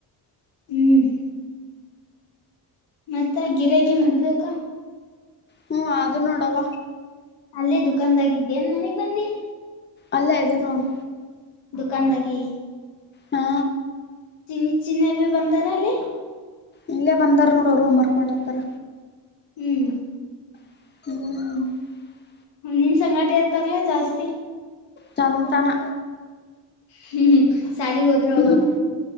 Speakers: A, on the left; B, on the left.
A: ಹ್ಮ್ ಮತ್ತ ಗಿರಕಿ ಮುಗ್ದೊಕ
B: ಹ್ಮ್ ಆದು ನೋಡವ.
A: ಅಲ್ಲೇ ದುಕಾನಗಿದ್ದಿ ಎನ್ ಮನೆಗ್ ಬಂದಿ?
B: ಅಲ್ಲೆ ಇದಿನ್ ನೋಡು.
A: ದುಕಾನ್ದಾಗೆ?
B: ಹಾ
A: ಚಿನಿ ಚಿನಿ ಅಬಿ ಬಂದಾರ ಅಲ್ಲಿ?
B: ಇಲ್ಲೇ ಬಂದಾರ ನೋಡು ಅವ್ರು ಹೋಮ್ ವರ್ಕ್ ಮಾಡ್ಲಾಕತ್ತರ.
A: ಹ್ಮ್
B: ಹ್ಮ
A: ನೀನ್ ಸಂಗತಿ ಇರ್ತಾರಲ್ಲಾ ಜಾಸ್ತಿ
B: ಸಂತಾನ
A: ಹ್ಮ್ ಸಾಲಿಗೆ ಹೋದ್ರೆ ಹೋಗ್ಬೇಕು.
B: ಹ್ಮ